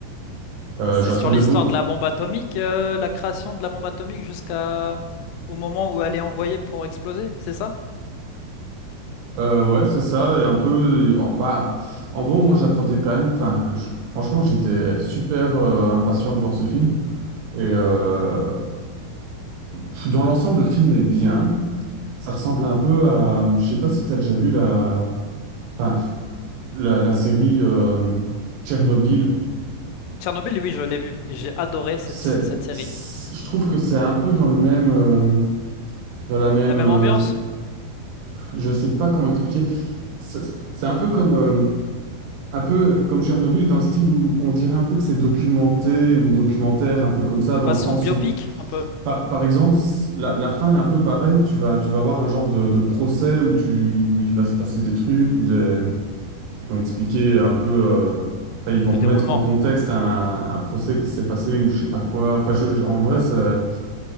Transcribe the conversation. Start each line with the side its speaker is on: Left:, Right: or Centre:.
Right: euh,
Left: C'est
Right: j'attendais
Left: sur l'histoire
Right: beaucoup.
Left: de la bombe atomique, euh, la création de la bombe atomique jusqu'à au moment où elle est envoyée pour exploser, c'est ça?
Right: Euh, ouais c'est ça et un peu en, bah en gros moi j'attendais quand même, enfin je- franchement j'étais super euh, impatient de voir ce film et euh, pff, dans l'ensemble le film est bien, ça ressemble un peu à je sais pas si t'as déjà vu la Enfin, la, la série euh, Tchernobyl,
Left: Tchernobyl, oui, je l'ai vu et j'ai adoré cette,
Right: c'est,
Left: cette série.
Right: c'est- je trouve que c'est un peu dans le même, euh, dans la même,
Left: La même
Right: euh,
Left: ambiance,
Right: je, je sais pas comment expliquer. C'est c'est un peu comme, euh, un peu comme Tchernobyl dans le style où on dirait un peu que c'est documenté ou documentaire, un peu comme ça, dans
Left: façon
Right: le sens
Left: biopic
Right: où,
Left: un peu,
Right: par, par exemple, c- la, la fin est un peu pareille. Tu vas, tu vas avoir un genre de, de procès où tu, où il va se passer des trucs ou des Ils vont expliquer un peu, euh, enfin, ils vont
Left: le
Right: remettre
Left: déroulement.
Right: en contexte un, un procès qui s'est passé ou je sais pas quoi. Enfin, je, je- en vrai, ça,